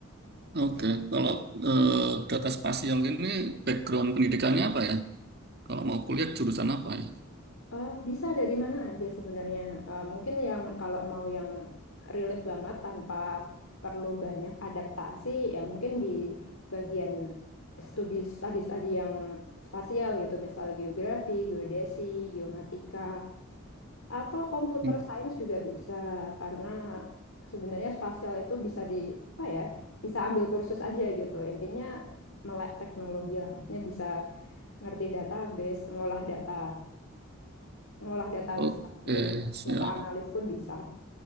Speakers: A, on the right; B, on the left.
A: Oke, Kalau eh, data spasial ini background pendidikannya apa ya? Kalau mau kuliah jurusan apa ya?
B: Eh, bisa dari mana aja sebenarnya. Eh, mungkin yang kalau mau yang relate banget tanpa perlu banyak adaptasi, ya mungkin di bagian studi studi-studi yang spasial gitu, misalnya geografi, geodesi, geomatika, atau computer
A: Hmm.
B: science juga bisa karena sebenarnya spasial itu bisa di apa ya, bisa ambil kursus aja gitu. Intinya melek teknologi lah, maksudnya bisa ngerti database, ngolah data ngolah data
A: Oke,
B: besar. Jadi
A: siap.
B: data analis pun bisa.